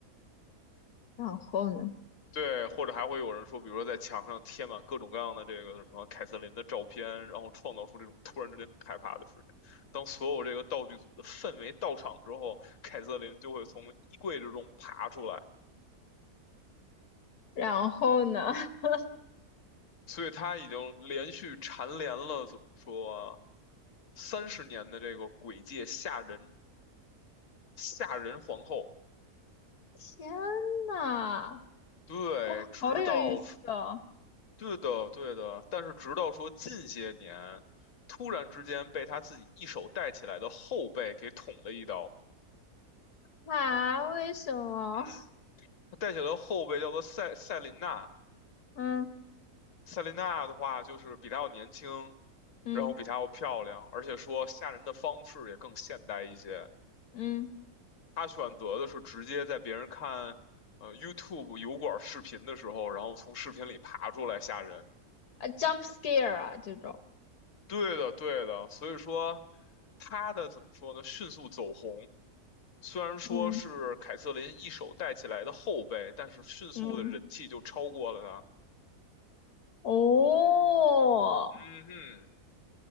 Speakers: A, on the left (about 80°); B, on the left (about 55°).
A: 然后呢？
B: 对，或者还会有人说，比如说在墙上贴满各种各样的这个什么凯瑟琳的照片，然后创造出这种突然之间很害怕的事情。当所有这个道具组的氛围到场之后，凯瑟琳就会从衣柜之中爬出来，
A: 然后呢？<laughs>
B: 所以她已经连续蝉联了怎么说三十年的这个鬼界吓人吓人皇后。
A: 天呐，
B: 对，
A: 这好有意思哦！
B: 直到对的，对的，但是直到说近些年，突然之间被他自己一手带起来的后辈给捅了一刀。
A: 啊，为什么？
B: 嗯，
A: <laughs>
B: 他带起来的后辈叫做赛赛琳娜，
A: 嗯
B: 赛琳娜的话就是比他要年轻，
A: 嗯
B: 然后比他要漂亮，而且说吓人的方式也更现代一些。
A: 嗯，
B: 他选择的是直接在别人看呃 YouTube 油管视频的时候，然后从视频里爬出来吓人。
A: 啊，jump scare 啊，这种，
B: 对的，对的，所以说他的怎么说呢？迅速走红，虽然说是凯瑟琳一手带起来的后辈，
A: 嗯
B: 但是迅速的人气就超过了他。
A: 嗯，哦，
B: 嗯哼，